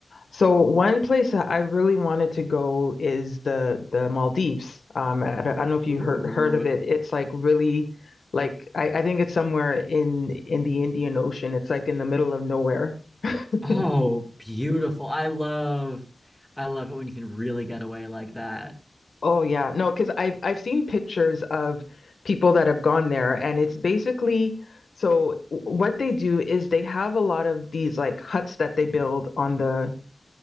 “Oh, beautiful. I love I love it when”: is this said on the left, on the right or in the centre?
Centre